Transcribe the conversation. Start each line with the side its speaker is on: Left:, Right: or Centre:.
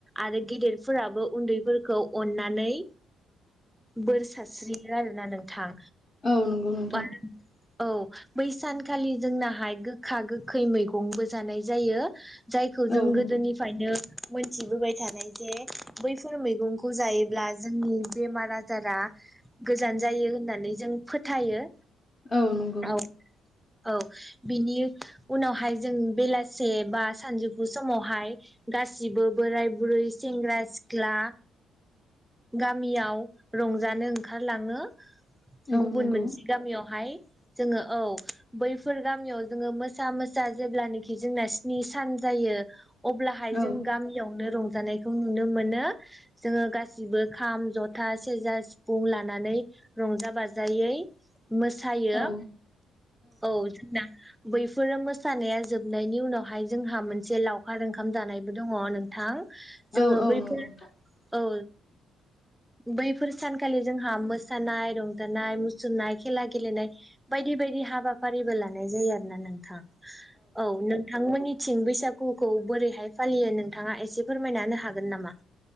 Centre: आरो गेदेरफोराबो उन्दैफोरखौ अननानै बोर सास्रियो आरोना नोंथां।
Left: औ नंगौ नोंथां।
Centre: बा औ बै सानखालि जोंनाहाय गोखा गोखै मैगं बो जानाय जायो। जायखौ जों
Left: औ नंगौ
Centre: गोदोनिफ्रायनो मोनथि बोबाय थानाय जे बैफोर मैगंखौ जायोब्ला जोंनि बेमार आजारा गोजान जायो होननानै जों फोथायो
Left: औ नंगौ।
Centre: औ औ बिनि उनावहाय जों बेलासि से बा सानजौफु समावहाय गासिबो बोराय बुरै सेंग्रा सिख्ला
Left: <inaudible>
Centre: गामियाव रंजानो ओंखार लाङो।
Left: औ
Centre: गुबुन
Left: नंगौ
Centre: मोनसे गामियाव हाय जोङो औ बैफोर गामियाव जोङो मोसा मोसा जेब्लानि जोंना स्नि सान जायो अब्लाहाय
Left: औ
Centre: जों गामियावनो रं जानायखौ नुनो मोनो जोङो गासिबो खाम, ज'था, सेरजा, सिफुं लानानै रंजा बाजायै मोसायो।
Left: औ
Centre: औ, जोंना बैफोरो मोसानाया जोब नायनि उनावहाय जोंहा मोनसे लावखार ओंखाम जानायबो दङ नोंथां। जोङो
Left: औ औ
Centre: बैफोर
Left: नंगौ नोंथां
Centre: औ।
Left: <inaudible>
Centre: बैफोर सानखालि जोंहा मोसानाय, रंजानाय, मुसुरनाय, खेला गेलेनाय बायदि बेबायदि हाबाफारिबो लानाय जायो आरो ना नोंथां। औ नोंथांमोननि मिथिं बैसागुखौ बोरैहाय फालियो नोंथाङा एसे फोरमायना हागोन नामा?